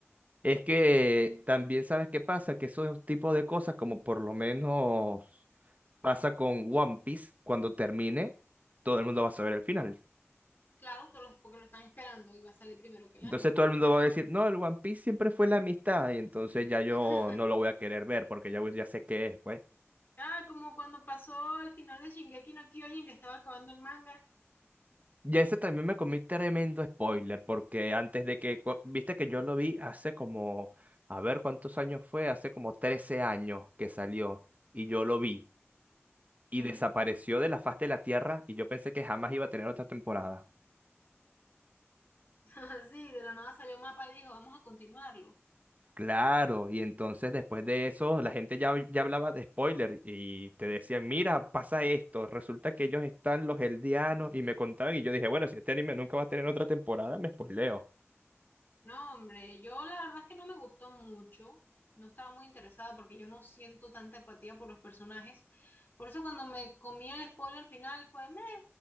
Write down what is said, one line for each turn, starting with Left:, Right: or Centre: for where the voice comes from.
Right: Es que también sabes qué pasa, que esos tipos de cosas, como por lo menos pasa con One Piece, cuando termine, todo el mundo va a saber el final.
Left: Claro, todos los- porque lo están esperando y va a salir primero que el
Right: Entonces
Left: anime.
Right: todo el mundo va a decir, no, el One Piece siempre fue la amistad, y entonces ya yo
Left: <laughs>
Right: no lo voy a querer ver, porque ya, voy- ya sé qué es, pues.
Left: Ah, como cuando pasó el final de Shingeki no Kyojin que estaba acabando el manga.
Right: Y ese también me comí tremendo spoiler, porque antes de que, cu- viste que yo lo vi hace como, a ver cuántos años fue, hace como 13 años que salió, y yo lo vi. y
Left: Ujú.
Right: desapareció de la faz de la Tierra y yo pensé que jamás iba a tener otra temporada.
Left: Así, <laughs> de la nada salió mapa y dijo, vamos a continuarlo.
Right: Claro, y entonces después de eso la gente ya, ya hablaba de spoiler y te decían, mira, pasa esto, resulta que ellos están los Eldianos y me contaban y yo dije, bueno, si este anime nunca va a tener otra temporada, me spoileo.
Left: No, hombre, yo la verdad es que no me gustó mucho, no estaba muy interesada porque yo no siento tanta empatía por los personajes. Por eso cuando me comí el spoiler final fue "Meh".